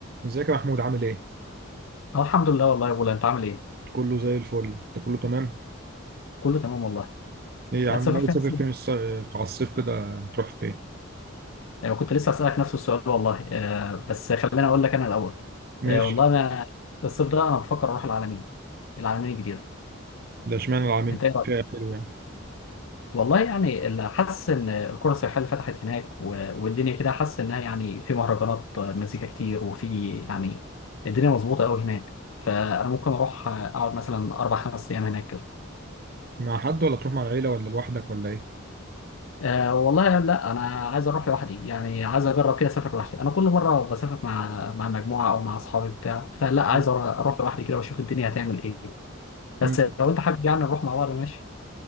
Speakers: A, on the right; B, on the left.
A: ازيك يا محمود عامل ايه؟
B: اه الحمد لله والله يا بولا انت عامل ايه؟
A: كله زي الفل، انت كله تمام؟
B: كله تمام والله
A: ايه يا
B: هتسافر
A: عم ناوي
B: فين
A: تسافر
B: الصيف؟
A: فين الص... في على الصيف كده تروح فين؟
B: آه، كنت لسه هسألك نفس السؤال والله آه، بس خليني اقول لك انا الاول
A: ماشي،
B: آه، والله انا الصيف ده انا بفكر اروح العلمين العلمين الجديدة
A: ده اشمعنى العامين
B: انت ايه رايك؟
A: فيها حلو يعني،
B: والله يعني اللي حاسس ان القرى السياحية اللي فتحت هناك و- والدنيا كده حاسس انها يعني في مهرجانات آه، مزيكا كتير وفي يعني الدنيا مظبوطة قوي هناك فانا ممكن اروح آه، اقعد مثلا اربع خمس ايام هناك
A: مع حد ولا تروح مع العيلة ولا لوحدك ولا ايه؟
B: أه والله لا انا عايز اروح لوحدي يعني عايز اجرب كده اسافر لوحدي انا كل مره بسافر مع مع مجموعه او مع اصحابي بتاع فلا عايز
A: مم.
B: أرو- اروح لوحدي كده واشوف الدنيا هتعمل ايه بس
A: مم.
B: لو انت حابب يعني نروح مع بعض ماشي